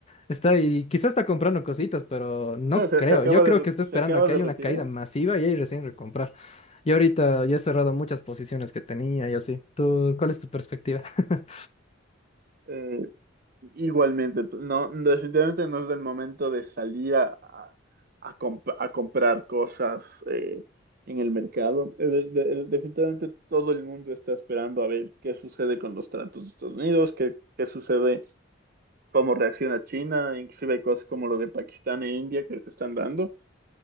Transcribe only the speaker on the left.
está y quizás está comprando cositas, pero no
creo.
Yo creo
que está esperando
a que
haya
una caída masiva y ahí recién recomprar. Y ahorita yo he cerrado muchas posiciones que tenía y así. ¿Tú, cuál es tu perspectiva? <laughs>